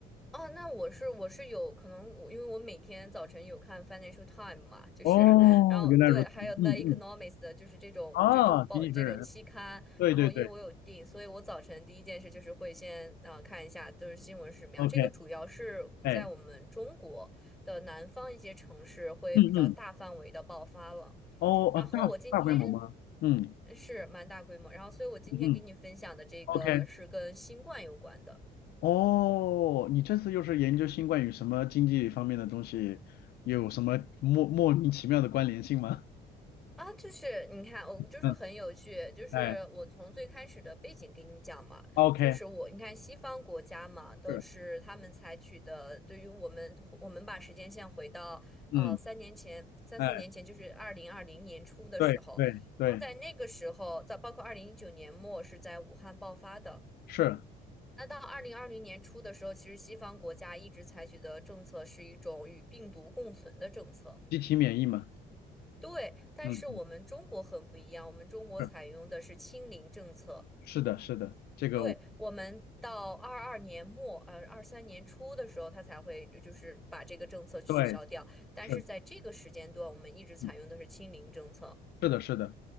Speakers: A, in the centre; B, on the left.
A: 哦，那我是我是有可能我，因为我每天早晨有看 Financial Time 嘛，就是，
B: 哦，
A: <laughs> 然后对，
B: 原来如此。
A: 还有 The
B: 嗯嗯，
A: Economist，的就是这种这种报这种期刊，
B: 啊，经济学人，对对对
A: 然后因为我有订，所以我早晨第一件事就是会先呃看一下就是新闻是什么样。
B: ，OK，
A: 这个主要是在我们中国的南方一些城市会比较大范围的爆发了。
B: 哎，嗯嗯，哦啊，
A: 然后我今天
B: 大大规模吗？嗯
A: 是蛮大规模，然后所以我今天给你分享的这个是跟新冠有关的。
B: 嗯嗯，OK，哦，你这次又是研究新冠与什么经济方面的东西，有什么莫莫名其妙的关联性吗？
A: 啊，就是你看，我就是很有趣，
B: 嗯，
A: 就是我从最开始的背景给你讲嘛，
B: 哎，OK，
A: 就是我你看西方国家嘛，都是他们采取的，
B: 是，
A: 对于我们，我们把时间线回到呃三年前、
B: 嗯。
A: 三四年前，
B: 哎。
A: 就是二零二零年初的时候，
B: 对对对，
A: 然后在那个时候，在包括二零一九年末是在武汉爆发的。
B: 是
A: 那到二零二零年初的时候，其实西方国家一直采取的政策是一种与病毒共存的政策。
B: 机体免疫嘛？
A: 对，但是我们中国很不一样，
B: 嗯，
A: 我们中国采用的是清零政策。
B: 是是的，是的，这个我
A: 对，我们到二二年末，呃，二三年初的时候，它才会就是把这个政策取消掉。
B: 对
A: 但是在这个时间段，
B: 是，
A: 我们一直采用的是清零政策。
B: 嗯，是的，是的，